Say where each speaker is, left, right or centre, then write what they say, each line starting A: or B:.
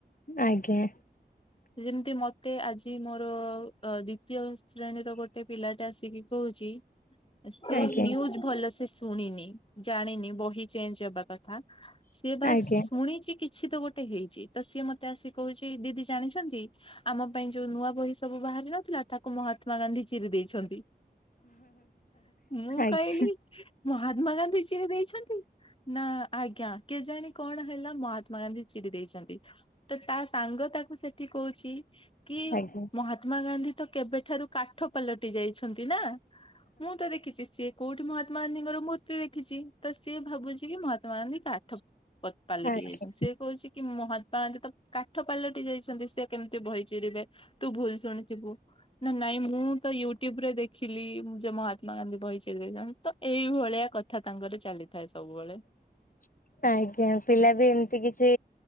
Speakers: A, on the left; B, on the left.
A: ଆଜ୍ଞା
B: ଯେମିତି ମ ମତେ ଆଜି ମୋର ଦ୍ଵିତୀୟ ଶ୍ରେଣୀର ଗୋଟେ ପିଲାଟା ଆସିକି କହୁଛି ସେ
A: ଆଜ୍ଞା
B: ନିୁଜ ଭଲ ସେ ଶୁଣିନି ଜାଣିନି ବହି ଚେଞ୍ଜ ହବା କଥା ସେ ବାସ
A: ଆଜ୍ଞା
B: ଶୁଣିଛି କିଛି ତ ଗୋଟେ ଗୋଟେ ହେଇଛି ତ ସିଏ ମତେ ଆସି କହୁଛି ଦିଦି ଜାଣିଛନ୍ତି ଆମ ପାଇଁ ଯୋଉ ନୂଆ ବହି ସବୁ ବାହାରି ନଥିଲା କଥାକୁ ମହାତ୍ମା ଗାନ୍ଧୀ ଚିରି ଦେଇଛନ୍ତି ମୁଁ
A: ଆଜ୍ଞା
B: କହିଲି ମହା ମା ଗାନ୍ଧୀ ଯି ଦେଇଛନ୍ତି ନା ଆଜ୍ଞା ସେଜାଣି କଣ ହେଲା ମହାତ୍ମା ଗାନ୍ଧୀ ଚିଡି ଦେଇଛନ୍ତି ତ ତା ସାଙ୍ଗ ତାକୁ ସେଠି କହୁଛି କି
A: ଆଜ୍ଞା
B: ମହାତ୍ମା ଗାନ୍ଧୀ ତ କେବେଠାରୁ କାଠ ପାଲଟି ଯାଇଛନ୍ତି ନା ମୁଁ ତ ଦେଖିଛି ସିଏ କୋଉଠି ମହାତ୍ମା ଗାନ୍ଧୀଙ୍କର ମୂର୍ତ୍ତି ଦେଖିଚି ତ ସିଏ ଭାବୁଛି କି ମହାତ୍ମା ଗାନ୍ଧୀ କା ଅତ ପାଲଟି
A: ଆଜ୍ଞା
B: ଯାଇଛନ୍ତି ସେ କହୁଛି କି ମହାତ୍ମା ଗାନ୍ଧୀ ତ କାଠ ପାଲ ରି ଯାଇଛନ୍ତି ସେ କେମିତି ବହିଚିରିବେ ତୁ ଭୁଲ ଶୁଣିଥିବୁ ନା ନାଇଁ ମୁଁ ତ ୟୁଟୁବ ଦେଖିଲି ମୁଁ ଯେ ମହାତ୍ମା ଗାନ୍ଧୀ ବହିଚିରି ଦେଇନାହାନ୍ତି ତ ଏଇଭଳିଆ କଥା ତାଙ୍କର ଚାଲିଥାଏ ସବୁବେଳେ
A: ହ <inaudible> ଆଜ୍ଞା ପିଲା ବି ଏମତି କିଛି